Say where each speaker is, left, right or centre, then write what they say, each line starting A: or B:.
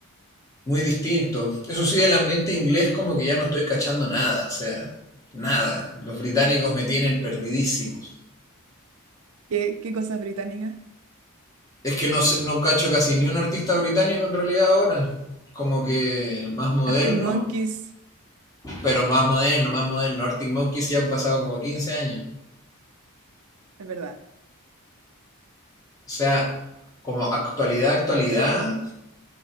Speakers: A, on the left; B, on the right.
A: Muy distinto. Eso sí, del ambiente inglés como que ya no estoy cachando nada, o sea, nada. Los británicos me tienen perdidísimo.
B: ¿Qué, qué cosas británicas?
A: Es que no, sé- no cacho casi ni un artista británico en realidad ahora. Como que más moderno,
B: Arctic Monkeys,
A: pero más moderno, más moderno. Arctic Monkeys ya han pasado como quince años.
B: es verdad.
A: O sea, como actualidad, actualidad,